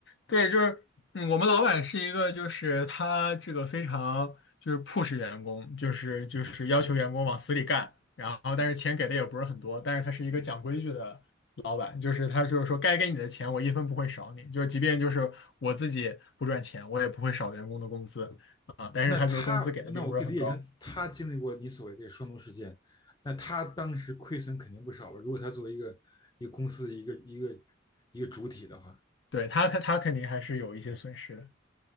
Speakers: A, on the left; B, on the left.
A: 对，就是嗯，我们老板是一个，就是他这个非常就是 push 员工，就是就是要求员工往死里干，然后但是钱给的也不是很多，但是他是一个讲规矩的老板，就是他就是说该给你的钱我一分不会少你，就是即便就是我自己不赚钱，我也不会少员工的工资啊，但是他就是工资给的并不是很高，
B: 那他，那我可以理解成他经历过你所谓这个双农事件，那他当时亏损肯定不少吧？如果他作为一个一个公司的一个一个一个主体的话，
A: 对，他他肯定还是有一些损失的，